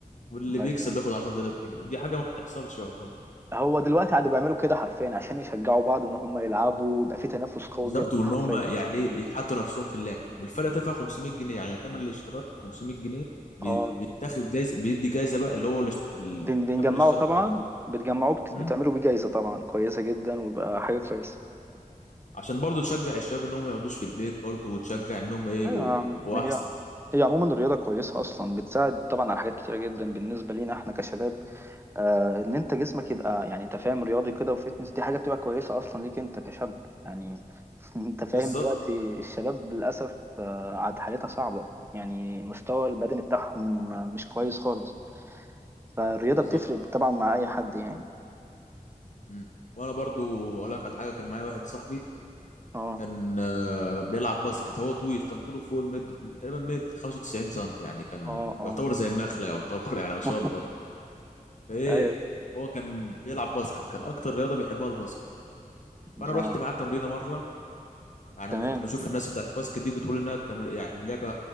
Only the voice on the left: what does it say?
واللي
بيكسب بياخد 10000 جنيه ودي حاجه ما بتحصلش يعتبر
بالظبط
وان
هم يعني إيه يتحطوا نفسهم في اللعب والفرقه بتدفع 500 جنيه يعني تمن الاشتراك 500 جنيه بي-
بيتاخد جايزه بيدي جايزه بقى اللي هو الاش- ال-
تمن الاشتراك
ده
عشان برضو تشجع الشباب انهم ما يقعدوش في البيت برضو وتشجع انهم ايه يبقوا
يبقوا
احسن
بالظبط
بالظبط
مم. وانا برضو اقول لك على حاجه كان معايا واحد صاحبي
كان آه، بيلعب باسكت هو طويل كان طوله فوق المتر تقريبا متر 95 سم يعني كان
يعتبر زي النخله يعتبر <laughs> يعني ما شاء
الله فايه
هو كان بيلعب باسكت كان اكتر رياضه بيحبها الباسكت
فانا رحت معاه تمرينه مره يعني
كنت بشوف الناس بتاعت الباسكت دي كنت بقول انها تمر... يعني لعبه